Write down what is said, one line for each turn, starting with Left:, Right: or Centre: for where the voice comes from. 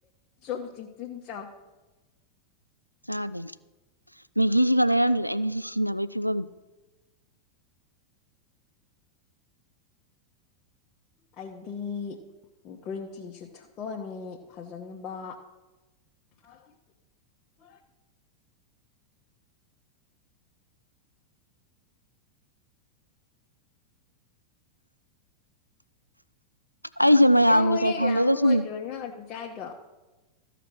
Left: ꯆꯣꯞ ꯁ꯭ꯇꯤꯛꯇꯨꯅ ꯆꯥꯎꯕ ꯍꯦꯜꯂꯦ
Right: ꯆꯥꯗꯣꯏꯅꯦ ꯃꯦꯒꯤꯁꯤꯒ ꯂꯩꯔꯝꯗ꯭ꯔꯗꯤ ꯑꯩ ꯉꯁꯤ ꯁꯤꯟꯅꯕꯒꯤ ꯐꯤꯚꯝꯅꯤ
Left: ꯑꯩꯗꯤ ꯒ꯭ꯔꯤꯟ ꯇꯤꯁꯨ ꯊꯛꯑꯅꯤ ꯐꯖꯅꯕ ꯑ <inaudible>
Right: <inaudible> ꯑꯩꯁꯦ ꯃꯌꯥꯝꯒꯤ
Left: ꯅꯪ ꯍꯣꯔꯦꯟ
Right: ꯆꯥꯏꯐꯝꯗꯨꯗ
Left: ꯂꯥꯃꯛꯑꯣꯏꯗ꯭ꯔꯣ
Right: ꯁꯨꯝ
Left: ꯍꯧꯖꯤꯛ ꯆꯥꯔꯤꯗꯣ